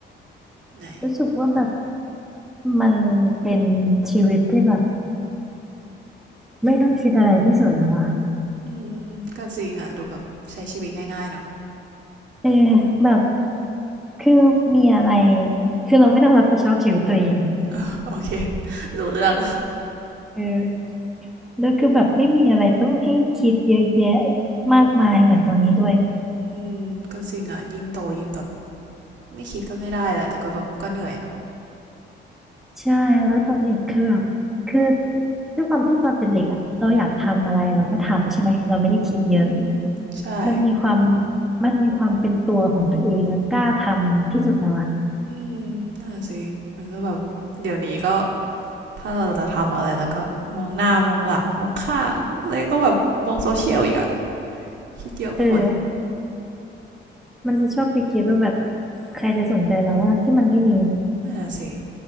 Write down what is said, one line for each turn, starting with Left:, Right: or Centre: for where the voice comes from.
Right: ไหน
Centre: รู้สึกว่าแบบมันเป็นชีวิตที่แบบไม่ต้องคิดอะไรที่สุดแล้วอะ
Right: อืมก็จริงอ่ะดูแบบใช้ชีวิตง่ายๆเนาะ
Centre: เออแบบคือมีอะไรคือเราไม่ต้องรับผิดชอบชีวิตตัวเอง
Right: <laughs> โอเครู้เรื่อง
Centre: เออแล้วคือแบบไม่มีอะไรต้องให้คิดเยอะแยะมากมายเหมือนตอนนี้ด้วย
Right: อืมก็จริงอ่ะยิ่งโตยิ่งแบบไม่คิดก็ไม่ได้แหละแต่ก็แบบก็เหนื่อยเนาะ
Centre: ใช่แล้วตอนเด็กคือแบบคือด้วยความที่ตอนเป็นเด็กอ่ะเราอยากทำอะไรเราก็ทำใช่ไหมเราไม่ได้คิดเยอะ
Right: อืมอืมใช่
Centre: มันมีความมันมีความเป็นตัวของตัวเองแล้วกล้าทำที่สุดแล้วอะ
Right: อืมนั่นน่ะสิมันก็แบบเดี๋ยวนี้ก็ ถ้าเราจะทำอะไรแล้วก็มองหน้ามองหลังมองข้างแล้วยังต้องแบบมองโซเชียลอีกอะคิดเยอะไปหมด
Centre: เออมันจะชอบไปคิดว่าแบบใครจะสนใจเราว่าที่มันไม่มี
Right: นั่นนะสิ